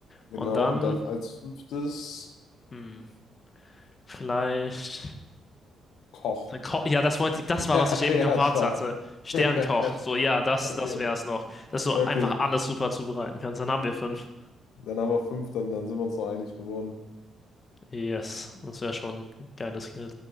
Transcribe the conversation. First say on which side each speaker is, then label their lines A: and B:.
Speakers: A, on the left (about 75°); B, on the left (about 30°).
A: genau,
B: Und dann,
A: und dann als fünftes
B: hm, vielleicht.
A: Koch.
B: The Ko- Ja, das wollte, das
A: <laughs>
B: war, was ich eben
A: Ja,
B: gemacht
A: stark.
B: hatte. Sternkoch.
A: <laughs>
B: So, ja, das,
A: Okay.
B: das wäre es noch. Dass du
A: Ja, okay,
B: einfach alles super zubereiten kannst. Dann haben wir fünf.
A: dann haben wir fünf, dann, dann sind wir uns noch einig geworden.
B: Yes, das wäre schon ein geiles Skill.